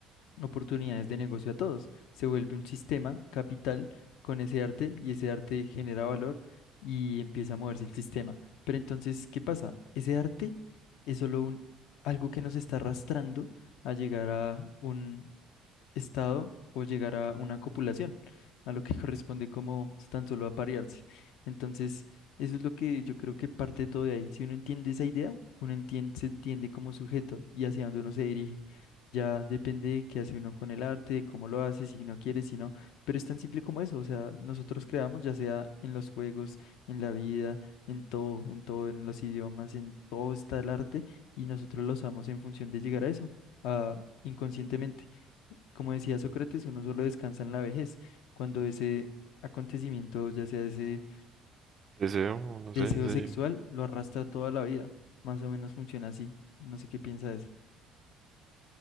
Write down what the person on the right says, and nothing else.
Deseo, no
sé, sí,